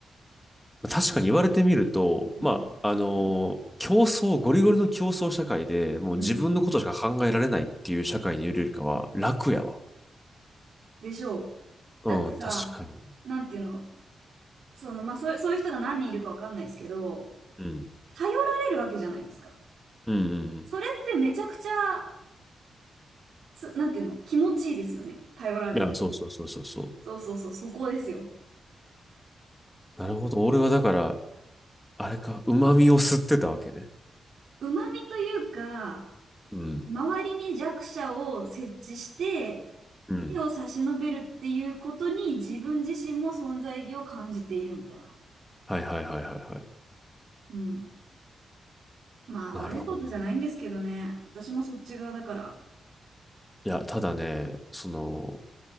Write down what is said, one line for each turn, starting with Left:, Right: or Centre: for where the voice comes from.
Centre: 確かに言われてみると、
Right: うん
Centre: まあ、あのー競争、ゴリゴリの競争社会で、もう自分のことしか考えられないっていう社会にいるよりかは、
Right: うん。
Centre: 楽やわ。
Right: でしょう。
Centre: うん、
Right: だってさ、
Centre: 確かに。
Right: なんていうの、その、まあ、そうそういう人が何人いるかわかんないですけど、
Centre: うん。
Right: 頼られるわけじゃないですか。
Centre: うん、うんうん。
Right: それってめちゃくちゃ、つ、なんていうの、気持ちいいですよね。頼られる。
Centre: いや、そうそうそうそうそう。
Right: そうそうそう、そこですよ。
Centre: なるほど。俺はだから、あれか、旨味を吸ってたわけね。
Right: 旨味というか、
Centre: うん。
Right: 周りに弱者を設置して、
Centre: うん。
Right: 手を差し伸べるっていうことに自分自身も存在意義を感じているみたいな。
Centre: はいはいはいはいはい。
Right: うん。まあ悪いことじゃないんですけどね。
Centre: なるほど。
Right: 私もそっち側だから。
Centre: いや、ただね、その、